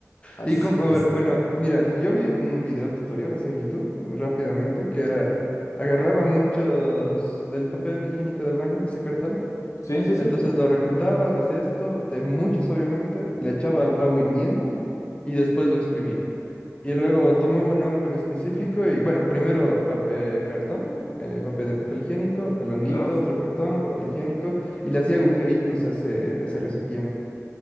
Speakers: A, on the left (about 70°); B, on the left (about 20°).
A: as-
B: y como,
A: <laughs>
B: a ver,
A: es-
B: bueno, mira, yo vi un video tutorial así en YouTube rápidamente que era, agarraba muchos del papel higiénico del baño, ese cartón,
A: Sí, sí,
B: entonces
A: sí,
B: lo recortaba, lo hacía esto, de muchos obviamente, le echaba agua hirviendo y después lo exprimía. Y luego tomamos un hongo en específico y, bueno, primero pap- eh, cartón, eh, papel de papel higiénico, el honguito,
A: claro.
B: otro cartón, papel higiénico, y le hacía agujeritos a ese, a ese recipiente.